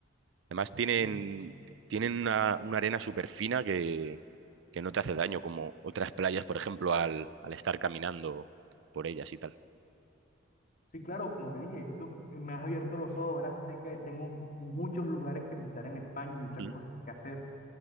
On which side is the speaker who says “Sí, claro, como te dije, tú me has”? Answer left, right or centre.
Left